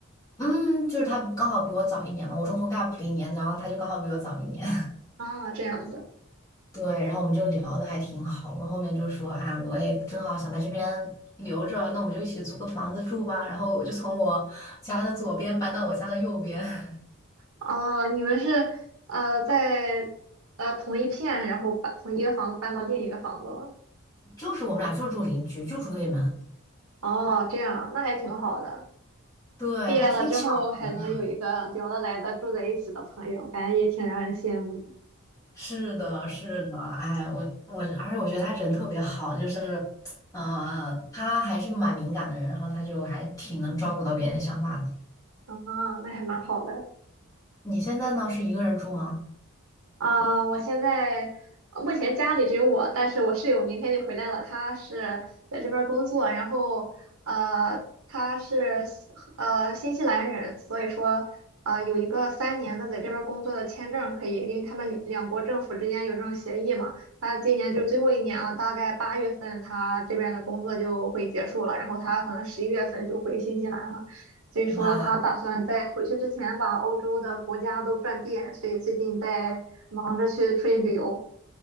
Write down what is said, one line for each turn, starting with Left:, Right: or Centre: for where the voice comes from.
Left: 嗯，就是他刚好比我早一年嘛，我中途 gap 了一年，然后他就刚好比我早一年，
Right: 啊，这样子。
Left: <laughs> 对，然后我们就聊的还挺好，我们后面就说，哎，我也正好想在这边留着，那我们就一起租个房子住吧，然后我就从我家的左边搬到我家的右边。<laughs>
Right: 哦，你们是呃在呃同一片，然后把从一个房子搬到另一个房子吗？
Left: 就是我们俩就住邻居，就住对门，
Right: 哦，这样啊，那还挺好的。
Left: 对，
Right: 毕业了之后还能有一个聊得来的住在一起的朋友，
Left: 还挺巧合的。
Right: 感觉也挺让人羡慕的
Left: 是的，是的，哎，我我，而且我觉得他人特别好，就是，呃，他还是个蛮敏感的人，然后他就还挺能照顾到别人想法的。
Right: 啊，那还蛮好的。
Left: 你现在呢，是一个人住吗？
Right: 啊、我现在呃目前家里只有我，但是我室友明天就回来了，他是在这边儿工作，然后呃，他是西呃新西兰人，所以说呃有一个三年的在这边儿工作的签证可以，因为他们两两国政府之间有这种协议嘛。他今年就是最后一年了，大概八月份他这边的工作就会结束了，然后他可能十一月份就回新西兰了。所以说他打算在回去之前把欧洲的国家都转遍，
Left: 哇，
Right: 所以最近在忙着去出去旅游。